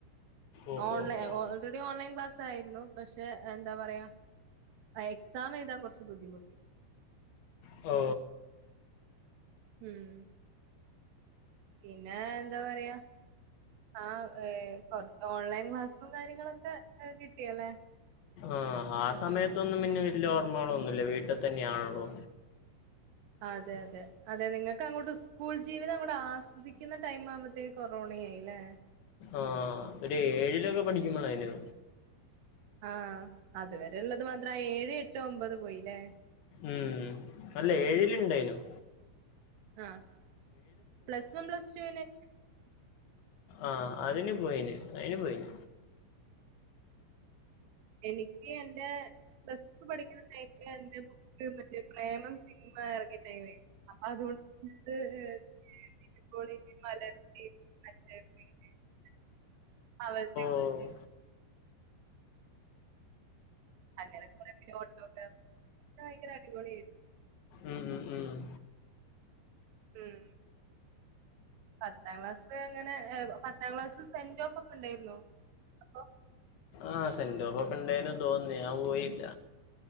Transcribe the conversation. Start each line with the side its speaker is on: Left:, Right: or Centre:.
Left: ഓ
Right: ഓൺലൈൻ
Left: ഓ ഓ
Right: ഓൾറെഡി ഓൺലൈൻ ക്ലാസ് ആയിരുന്നു പക്ഷെ എന്താ പറയാ എക്സാം എഴതാൻ കുറച്ച് ബുദ്ധിമുട്ടി
Left: ഓ
Right: ഉം പിന്നെ എന്താ പറയാ ആഹ് കുറച്ച് ഓൺലൈൻ ക്ലാസും കാര്യങ്ങളൊക്കെ കിട്ടിയല്ലേ
Left: ആഹ ആ സമയത്തൊന്നും പിന്നെ വലിയ ഓർമ്മകളോ ഒന്നുല്ല വീട്ടിൽ തന്നെയാണള്ളോ
Right: അതെ അതെ അതെ നിങ്ങൾക്ക് അങ്ങോട്ട് സ്കൂൾ ജീവിതം അങ്ങോട്ട് ആസ്വദിക്കുന്ന ടൈം ആവുമ്പോത്തേക്ക് കൊറോണയയില്ലേ
Left: ആഹ് ഒരു ഏഴിലൊക്കെ പഠിക്കുമ്പളെന്നു
Right: ആഹ അതുവരെ ഉള്ളത് മാത്ര ഏഴ് എട്ടോ ഒമ്പത് പോയില്ലേ
Left: ഉം അല്ല ഏഴിലുണ്ടായനും
Right: ആഹ് പ്ലസ് വൺ പ്ലസ് ടു പിന്നെ
Left: ആഹ് അതിന് പോയിന് അതിന് പോയിന്
Right: എനിക്ക് എന്റെ പ്ലസ്ടു പഠിക്കുന്ന ടൈ എന്റെ ബുക്ക് മറ്റേ പ്രേമം ഇറങ്ങി ടൈമേ അപ്പൊ അതുകൊണ്ട് <unintelligible>
Left: ആഹ്
Right: അങ്ങനെ കുറെപിന്നെ ഓട്ടോഗ്രാഫ് ഭയങ്കര അടിപൊളിയായിരുന്നു
Left: ഉം ഉം ഉം
Right: ഉം പത്താം ക്ലാസ് അങ്ങനെ പത്താം ക്ലാസ് സെന്റ് ഓഫ് ഒക്കെ ഉണ്ടായിരുന്നു അപ്പൊ
Left: ആഹ് സെൻടോഫൊക്കെ ഉണ്ടായിനു തോന്നുന്നു ഞാൻ പോയില്ല